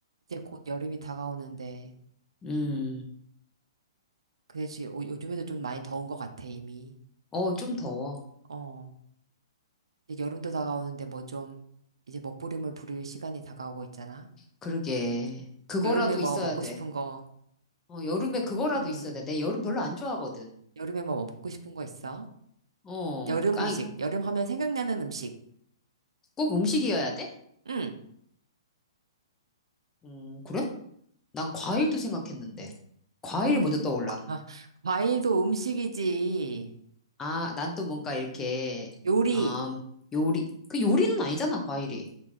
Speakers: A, on the right; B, on the left.
A: 이제 곧 여름이 다가오는데,
B: 음,
A: 그래지 요즘에도 좀 많이 더운 것 같아, 이미.
B: 어, 좀 더워.
A: 어, 이제 여름도 다가오는데 뭐 좀, 이제 먹부림을 부릴 시간이 다가오고 있잖아.
B: 그러게. 그거라도
A: 여름에 뭐
B: 있어야
A: 먹고
B: 돼.
A: 싶은 거,
B: 어, 여름에 그거라도
A: 응.
B: 있어야 돼. 내 여름 별로 안 좋아하거든.
A: 여름에 뭐 먹고 싶은 거 있어?
B: 어,
A: 여름
B: 아니,
A: 음식, 여름 하면 생각나는 음식.
B: 꼭 음식이어야 돼?
A: 응.
B: 음, 그래? 난 과일도 생각했는데. 과일이
A: 음,
B: 먼저
A: <laughs>
B: 떠올라.
A: 아, 과일도 음식이지.
B: 아, 난 또 뭔가 이렇게,
A: 요리.
B: 아, 뭐, 요리. 그 요리는 아니잖아, 과일이.